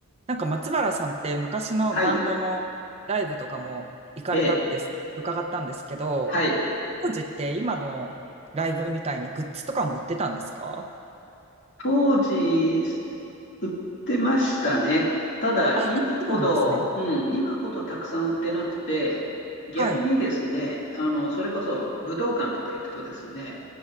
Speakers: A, on the right; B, on the left.
A: なんか松原さんって昔のバンドのライブとかも行かれたって伺ったんですけど、
B: はい。え、はい。
A: 当時って今のライブみたいにグッズとかも売ってたんですか
B: 当時、売ってましたね。ただ、
A: あ、
B: 今ほど、
A: そうなんですね。
B: うん、今ほどたくさん売ってなくて、逆にですね、
A: はい、
B: あの、それこそ武道館とか行くとですね、